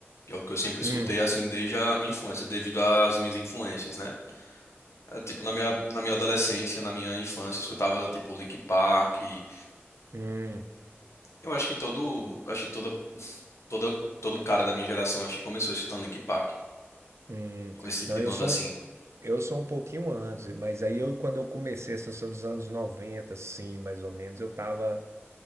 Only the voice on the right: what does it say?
hum,
hum,
hum.
Não,
eu
sou
Eu sou um pouquinho antes, mas aí eu, quando eu comecei, essa são dos anos 90, sim, mais ou menos, eu tava